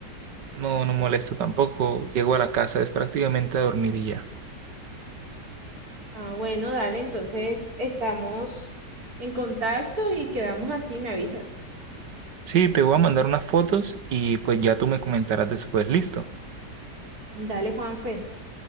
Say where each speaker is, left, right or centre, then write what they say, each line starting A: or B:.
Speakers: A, on the right; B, on the right.
A: no, no molesto tampoco, llego a la casa, es prácticamente a dormir y ya.
B: Ah, bueno, dale, entonces estamos en contacto y quedamos así, me avisas.
A: Sí, te voy a mandar unas fotos y pues ya tú me comentarás después. Listo.
B: Dale, Juanfe,